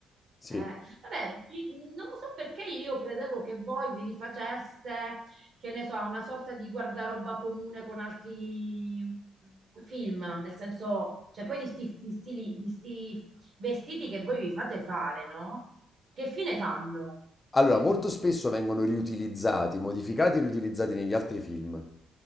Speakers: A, on the left (about 25°); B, on the right (about 55°).
A: Sì.
B: Eh, vabbè, i- non so perché io credevo che voi vi rifaceste, che ne so, a una sorta di guardaroba comune con altri mm, film, nel senso, cioè poi di sti, di stili- di sti vestiti che voi vi fate fare, no? Che fine fanno?
A: Allora, molto spesso vengono riutilizzati, modificati e riutilizzati negli altri film.